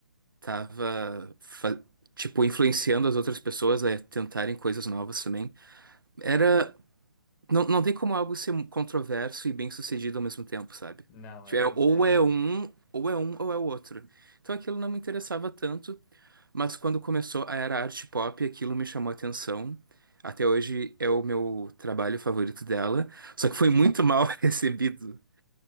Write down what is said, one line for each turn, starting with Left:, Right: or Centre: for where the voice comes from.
Right: tava, fa- tipo, influenciando as outras pessoas a tentarem coisas novas também, era. Não, não tem como algo ser controverso e bem-sucedido ao mesmo tempo, sabe?
Left: Não,
Right: Tipo,
Left: é.
Right: é-
Left: Isso
Right: ou
Left: é verdade.
Right: é um, ou é um, ou é o outro. Então aquilo não me interessava tanto. Mas quando começou a era arte pop, aquilo me chamou a atenção. Até hoje é o meu trabalho favorito dela, só que foi muito mal <laughs> recebido.